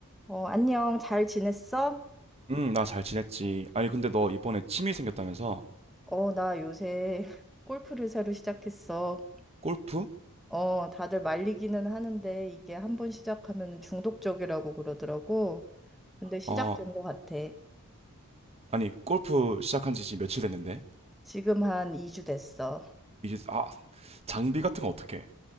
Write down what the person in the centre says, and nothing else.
어, 안녕. 잘 지냈어?
어, 나 요새 <laughs> 골프를 새로 시작했어.
어, 다들 말리기는 하는데 이게 한번 시작하면 중독적이라고 그러더라고. 근데 시작된
것 같아.
지금 한 2주 됐어.